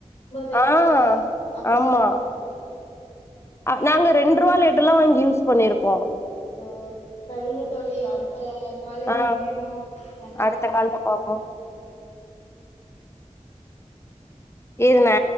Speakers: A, on the left (about 50°); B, on the left (about 20°).
A: பைசா
B: ஆன்
A: அப்டி
B: ஆமா
A: சொல்லுவாங்க.
B: நாங்க ரெண்டு ரூவா லெட்டு எல்லாம் வாங்கி யூஸ் பண்ணிருக்கோ
A: ஓ சரிங்க தோழி அடுத்த காலில்
B: ஆ
A: இணைவோ நன்றி
B: அடுத்த
A: தோழி
B: கால்ல பாப்போ இதுங்க